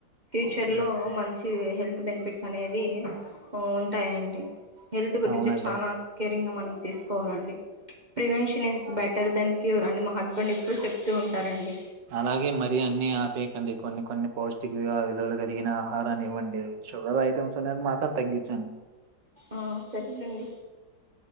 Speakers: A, on the right; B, on the right.
A: ఫ్యూచర్
B: హ్మ్.
A: లో మంచి హెల్ప్ బెనిఫిట్స్ అనేవి ఉంటాయండి హెల్త్ గురించి
B: అవునండి.
A: చాలా కేరింగ్ గా మనం తీకోవాలండి prevention is better than cure అండి మక్ హస్బెండ్ ఎప్పుడు చెప్తూ ఉంటారండి
B: అలాగే మరీ అన్ని ఆపేయకండి. కొన్ని కొన్ని పౌష్టిక వివలులువలు కలిగిన ఆహారాన్ని ఇవ్వండి షుగర్ ఐటమ్స్ అనేది మాత్రం తగ్గించండి
A: ఆ సరేనండి